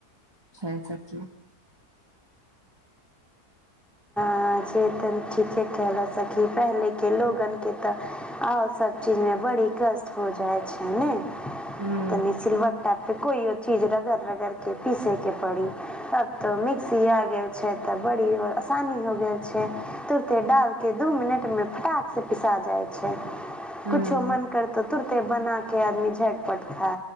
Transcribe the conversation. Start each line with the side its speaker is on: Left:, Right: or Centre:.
Right: छै सबची
Centre: आजे तन ठीके केहिले सखी पहले के लोगन के तऽ सब चीज मे बड़ी कष्ट हो जाय छै ने
Right: हूँ
Centre: तनी सिलव तबतो कोइ ओ चीज रगड़ रगड़ के पीसैके पड़ी अब तो मिक्सी आगेल छै तऽ बड़ी आसानी हो छै तुरते डाल के दू मिनट मे फटाक से पिसा जाइ छै
Right: हूँ
Centre: कुछो मन
Right: हूँ
Centre: करतो तुरते बना के आदमी झट पट खा